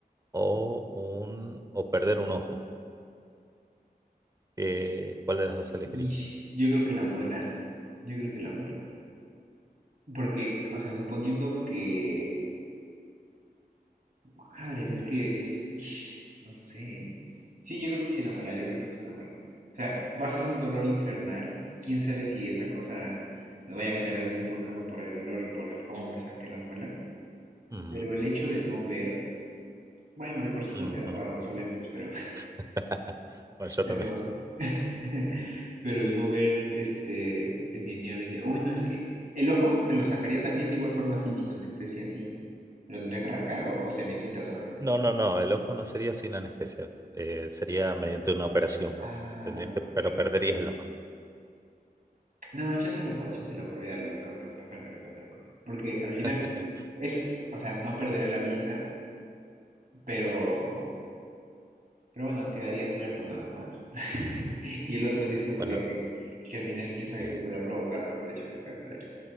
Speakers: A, on the right (about 20°); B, on the right (about 60°).
A: o, un, o perder un ojo. Eh, ¿cuál de las dos elegirías?
B: Ish, yo creo que la muela, yo creo que la muela. Porque, o sea, suponiendo que Madres, es que. ish, No sé. Sí, yo creo que sí la muela, yo creo que sí la muela. O sea, va a ser un dolor infernal. Quién sabe si esa cosa me vaya a generar algún problema por el dolor y por el cómo me saque la muela.
A: Ujú,
B: Pero el hecho de no ver, bueno, de por sí no
A: ujú.
B: veo, va, uso lentes, pero,
A: <laughs> Bueno, yo
B: pero,
A: también.
B: <laughs> pero el no ver, este, definitivamente. O bueno, es que el ojo me lo sacaría también de igual forma así, sin anestesia, así. ¿Me lo tendría que arrancar o, o se me quita solamente?
A: No, no, no, el ojo no sería sin anestesia, eh, sería mediante una operación, pone.
B: Ah,
A: Tendrías
B: ok.
A: que, pero perderías el ojo.
B: No, échase el ojo, échase el ojo, olvídalo, lo cambió, lo cambió, lo cambió, lo cambió. Porque al final
A: <laughs>
B: es, o sea, no perderé la vista, pero, pero bueno, quedaría tuerto nada más. <laughs> Y el otro sí es un dolor
A: Bueno,
B: que, que al final quién sabe
A: sí,
B: qué podría provocarme por el hecho de sacármela yo.